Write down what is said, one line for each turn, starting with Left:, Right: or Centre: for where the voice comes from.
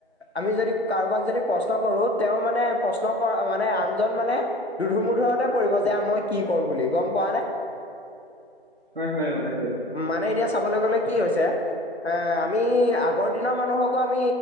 Left: আমি যদি কাৰোবাক যদি প্ৰশ্ন কৰো! তেওঁ মানে প্ৰশ্ন কৰা মানে, আনজন মানে দুধুৰ-মুধুৰতে পৰিব যে মই কি কৰো বুলি গোম পোৱা নে?
Right: হয়, হয়, অ তাকে।
Left: মানে, এতিয়া চাবলৈ গলে কি হৈছে এ আমি আগৰ দিনৰ মানুহকো আমি